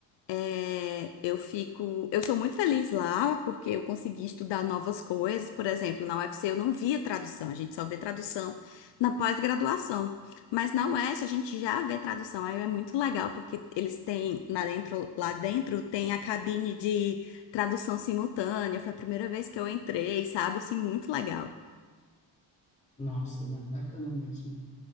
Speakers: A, on the left; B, on the left.
A: É, eu fico, eu sou muito feliz lá porque eu consegui estudar novas coisas. Por exemplo, na UFC eu não via tradução, a gente só vê tradução na pós-graduação. Mas na UES a gente já vê tradução, aí é muito legal porque eles têm lá dentro, lá dentro tem a cabine de tradução simultânea. Foi a primeira vez que eu entrei, sabe? Assim, muito legal.
B: Nossa, muito bacana mesmo.